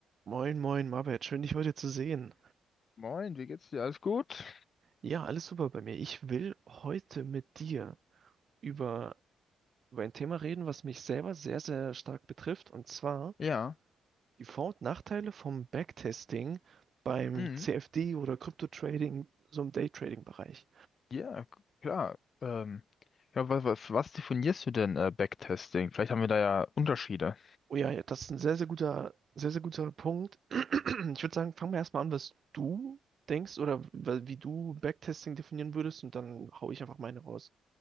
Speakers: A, on the right; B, on the left.
A: Moin, moin, Marbert, schön dich heute zu sehen.
B: Moin, wie geht's dir? Alles gut?
A: Ja, alles super bei mir. Ich will heute mit dir über, über ein Thema reden, was mich selber sehr, sehr stark betrifft, und zwar
B: Ja,
A: die Vor- und Nachteile vom Backtesting beim
B: mhm.
A: CFD oder Crypto-Trading, so im Daytrading-Bereich.
B: Ja, k- klar. Ähm, ja, was, was, was definierst du denn äh, Backtesting? Vielleicht haben wir da ja Unterschiede.
A: Oh ja, ja, das ist ein sehr, sehr guter, sehr, sehr guter Punkt. <clears throat> Ich würde sagen, fangen wir erstmal an, was du denkst oder wa- wie du Backtesting definieren würdest, und dann hau ich einfach meine raus.